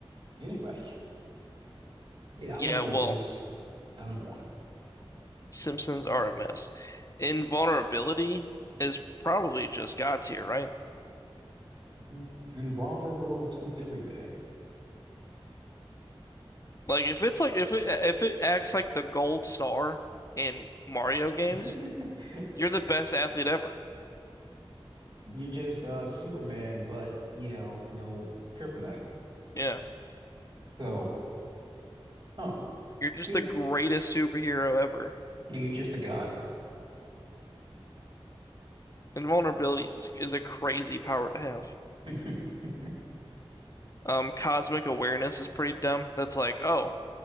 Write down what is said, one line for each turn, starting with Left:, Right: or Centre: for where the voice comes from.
Right: anybody can. Yeah, I
Left: Yeah,
Right: don't want
Left: well
Right: this. I don't want it.
Left: Simpsons are a mess. Invulnerability is probably just God tier, right?
Right: Mm, invulnerable to everything.
Left: Like if it's like if it if it acts like the gold star in Mario games,
Right: <laughs>
Left: you're the best athlete ever.
Right: You're just uh Superman, but you know, no kryptonite.
Left: Yeah.
Right: So, huh.
Left: You're just
Right: Yeah.
Left: the greatest superhero ever.
Right: You're just a god.
Left: Invulnerability is, is a crazy power to have.
Right: <laughs>
Left: Um, cosmic awareness is pretty dumb. That's like, oh,